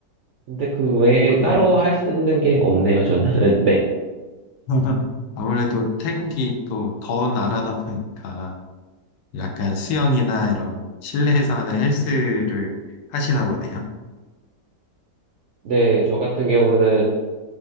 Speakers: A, on the right; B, on the left.
A: 근데 그 외에
B: 그러니까
A: 따로
B: 아무-
A: 할 수 있는 게 없네요. 저는 <laughs> 네,
B: <laughs> 아무래도 태국이 또 더운 나라다 보니까 약간 수영이나 이런 실내에서 하는 헬스를 하시나 보네요.
A: 네, 저 같은 경우는